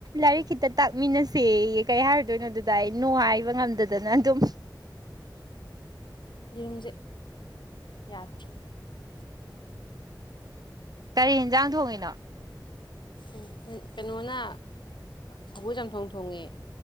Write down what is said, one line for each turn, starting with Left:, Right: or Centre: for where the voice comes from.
Right: ꯂꯥꯏꯔꯤꯛ ꯈꯤꯇꯥ ꯇꯥꯛꯃꯤꯟꯅꯁꯦꯌꯦ ꯀꯩ ꯍꯥꯏꯔꯨꯗꯣꯏꯅꯣ ꯑꯗꯨꯗꯥ ꯑꯩ ꯅꯨꯡꯉꯥꯏꯕ ꯉꯝꯗꯗꯅ ꯑꯗꯨꯝ꯫
Left: ꯌꯦꯔꯨꯝꯖꯦ ꯌꯥꯗ꯭ꯔꯦ꯫
Right: ꯀꯔꯤ ꯍꯦꯟꯖꯥꯡ ꯊꯣꯡꯉꯤꯅꯣ?
Left: ꯎꯝ ꯀꯩꯅꯣꯅ ꯁꯒꯣꯜ ꯆꯝꯊꯣꯡ ꯊꯣꯡꯉꯦ꯫